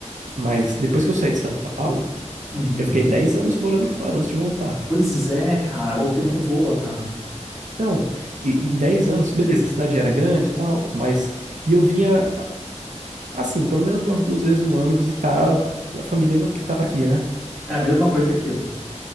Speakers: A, on the right; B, in the centre.
A: Mas depois que eu saí de São Paulo,
B: Uhum.
A: eu fiquei 10 anos morando fora antes de voltar.
B: Pois é, cara. O tempo voa, cara.
A: Então, e- em 10 anos, beleza, a cidade já era grande e tal, mas. E eu vinha, assim, pelo menos umas duas vezes no ano visitar a família na- que tá aqui, né?
B: É a mesma coisa que eu.